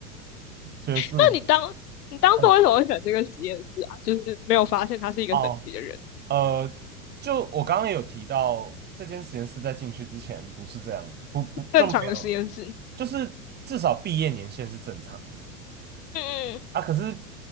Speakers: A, on the right; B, on the left.
A: <laughs> 学术，
B: 那你当你当初为什么会选这个实验室啊？
A: 嗯，
B: 就是没有发现他是一个神奇的人，
A: 哦，呃，就我刚刚也有提到，这间实验室在进去之前不是这样，不不就没有，
B: 正常的实验室。
A: 就是至少毕业年限是正常的。
B: 嗯
A: 啊，可是